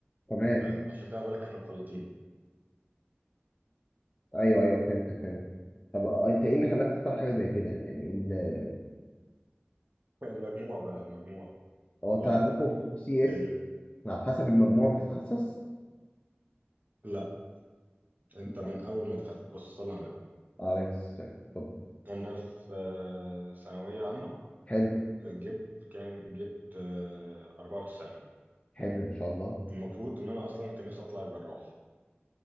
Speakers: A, on the left; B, on the right.
A: تمام
B: فاهم عشان كده بقول لك احنا مخلطين
A: ايوه ايوه فهمتك فهمتك طب آه، انت ايه اللي خلاك تختار حاجه زي كده يعني ال-
B: <laughs> المجموعة بقى المجموعة
A: هو انت
B: بص
A: عندكم في سي اس
B: ال...
A: على حسب المجموع بتتخصص
B: لا انت من
A: آه،
B: اول ما دخلت بص صلى على النبي
A: عليك السلام طب
B: انا في آه، ثانوية عامة
A: حلو
B: جبت كام جبت آه، 94
A: حلو ان شاء الله
B: المفروض ان انا اصلا كان نفسي اطلع جراح